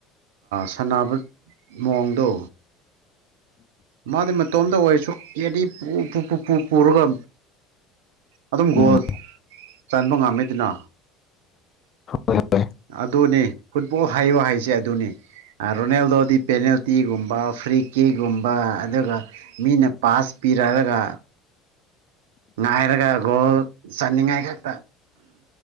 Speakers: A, on the right; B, on the left.
A: ꯁꯥꯟꯅꯥꯕ ꯃꯑꯣꯡꯗꯣ ꯃꯥꯗꯤ ꯃꯇꯣꯝꯇ ꯑꯣꯏꯔꯁꯨ ꯀꯦꯔꯤ ꯄꯨ ꯄꯨ ꯄꯨ ꯄꯨ ꯄꯨꯔꯒ ꯑꯗꯨꯝ
B: ꯎꯝ
A: ꯒꯣꯜ ꯆꯟꯕ ꯉꯝꯃꯤꯗꯅ
B: ꯍꯣꯏ ꯍꯣꯏ
A: ꯑꯗꯨꯅꯤ ꯐꯨꯠꯕꯣꯜ ꯍꯩꯌꯣ ꯍꯥꯏꯁꯦ ꯑꯗꯨꯅꯤ ꯔꯨꯅꯦꯜꯗꯣꯗꯤ ꯄꯦꯅꯦꯜꯇꯤꯒꯨꯝ ꯐ꯭ꯔꯤ ꯀꯦꯒꯨꯝꯕ ꯑꯗꯨꯒ ꯃꯤꯅ ꯄꯥꯁ ꯄꯤꯔꯛꯑꯒ ꯉꯥꯏꯔꯒ ꯒꯣꯜ ꯆꯥꯟꯅꯤꯡꯉꯥꯏ ꯈꯛꯇ